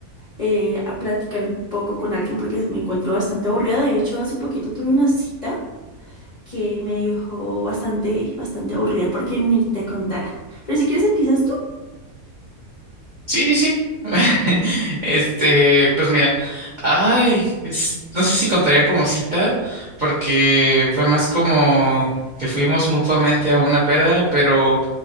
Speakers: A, on the left; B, on the right.
A: eh, a platicar un poco con alguien porque me encuentro bastante aburrida. De hecho, hace poquito tuve una cita que me dejó bastante, bastante aburrida porque ni te contara. Pero si quieres empiezas tú.
B: Sí, sí. <laughs> Este, pues mira, ay, es- no sé si contaría como cita, porque fue más como que fuimos mutuamente a una peda, pero